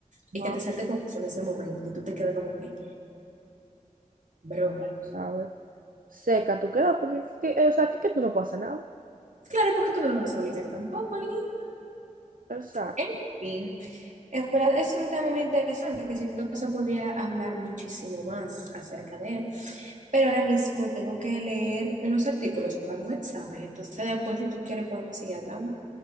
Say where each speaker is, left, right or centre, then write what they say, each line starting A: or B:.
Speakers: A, on the right; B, on the right.
A: y
B: No,
A: que te salte con eso en ese momento y tú te quedas como que, bro,
B: sabes. Seca, tú quedas, porque, que- que- o sea, que, que tú no pasa nada.
A: claro, porque tú no lo vas a obligar tampoco, ni-
B: Exacto.
A: En fin, En verdad es un tema muy interesante que siento que se podría hablar muchísimo más acerca de él, pero ahora mismo tengo que leer unos artículos para un examen, entonces después si tú quieres podemos seguir hablando.